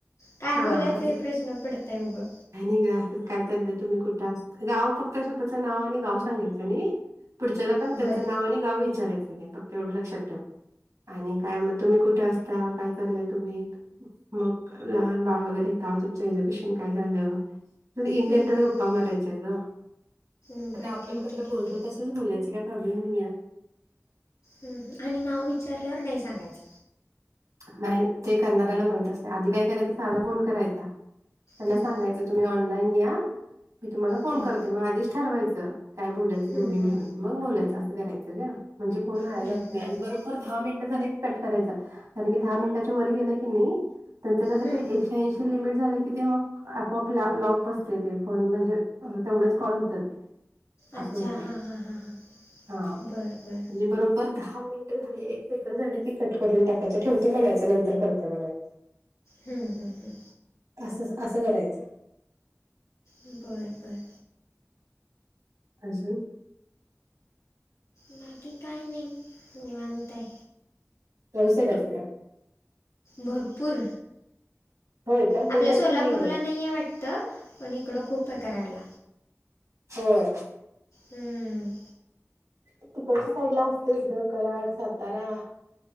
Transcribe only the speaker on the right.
हा
आता
काय नाही ग असंच काय चाललंय तुम्ही कुठं गाव फक्त स्वतःचं नाव आणि गाव सांगायचं नाही. पुढच्याला पण त्यांचं
नाव आणि गाव वि चारायच नाही फक्त एवढं लक्षात ठेव. आणि काय मग तुम्ही कुठे असता काय चाललंय तुम्ही त मग लहान बाळ वगैरे का तुमचं एज्युकेशन काय झालं? इन
जनरल
गप्पा
मारायच्या ग.
आता
आपण
कसं
बोलतो
तस तेच बोलायच काही प्रॉब्लेम नाहीयाय.
नाही ते करणाऱ्याला माहित असते आधी काय करायचं साधा फोन करायचा त्यांना
सांगायचं. तुम्ही ऑनलाईन या मी तुम्हाला फोन
करते मग अधीच ठरवायचं काय बोलायंच
दोघी मिळून.
मंग बोलायचं असं करायचं गं म्हणजे कोणं मंग फोन
लावायचं असतंय
दहा मिनटं झालं कि कंट करायंचा मंग तुम्हीं दहा मिनिटांच्या वरं गेलं कि तेचं कसे
एक्सट्रा ऐंशी लिमिट झाले कि ते मंग आपआप लॉक बसते ते फोन म्हणजे तेवढेच कॉल होतांत
असं होतंय
हां म्हणजे
बरोबर दहा मिनिटं झाले एक सेकंड झाले की कटं करूंन टाकायचं ठेवते म्हणायचं नंतर करतो म्हणायचं
असंच असं करायचं
अजूंन
पाऊस आहे कां तिकडं
होय का
पुण्यात
नाहीये बघ.
होयं
तिकडंच्या साईड लां असतेच गं करांड सातांरा.